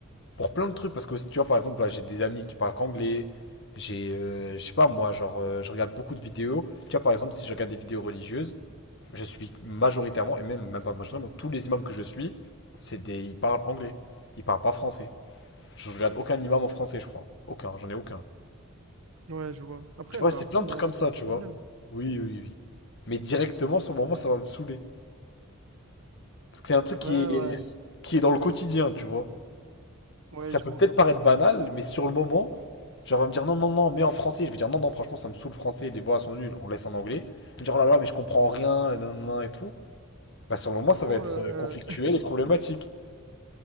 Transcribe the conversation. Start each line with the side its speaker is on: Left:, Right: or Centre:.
Left: Pour plein de trucs, parce que aussi, tu vois, par exemple, bah, j'ai des amis qui parlent qu'anglais, j'ai, euh, je sais pas, moi, genre, euh, je regarde beaucoup de vidéos. Tu vois, par exemple, si je regarde des vidéos religieuses, je suis majoritairement, et même, même pas majoritairement, tous les imams que je suis, c'est des, ils parlent anglais, ils parlent pas français. Je regarde aucun imam en français, je crois. Aucun, j'en ai aucun.
Right: Ouais, je vois. Après,
Left: Tu
Right: elle
Left: vois,
Right: peut
Left: c'est
Right: apprendre,
Left: plein de trucs
Right: hein,
Left: comme
Right: c'est
Left: ça,
Right: pas un
Left: tu
Right: problème.
Left: vois. Oui, oui, oui. oui. Mais directement, sur le moment, ça va me saouler. Parce que c'est un truc qui
Right: Ouais, ouais,
Left: est, qui est dans le quotidien, tu vois.
Right: ouais,
Left: Ça
Right: je
Left: peut
Right: vois.
Left: peut-être paraître banal, mais sur le moment, genre, elle va me dire non, non, non, mais en français. Je vais dire non, non, franchement, ça me saoule le français, les voix sont nulles, on laisse en anglais. Elle me dire oh là là, mais je comprends rien, et nan, nan, nan, et tout. Bah, sur le moment, ça
Right: Trop,
Left: va être
Right: euh,
Left: euh, conflictuel et problématique.